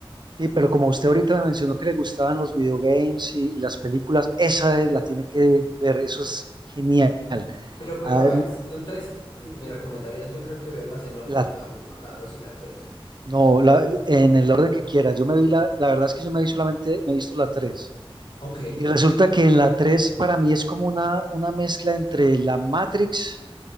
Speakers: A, on the right; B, on the left.
A: Sí, pero como usted ahorita me mencionó que le gustaban los videogames y, y las películas, esa eh, la tiene que ver, eso es genial.
B: Pero, pero,
A: Ah,
B: a
A: mm,
B: ver, si son tres, me recomendarías yo creo que verlas en orden,
A: la-
B: la uno la dos y la tres
A: no, la- en el orden que quiera. Yo me vi la, la verdad es que yo me vi solamente, me he visto la tres
B: Ok.
A: Y resulta que en la 3 para mí es como una, una mezcla entre la Matrix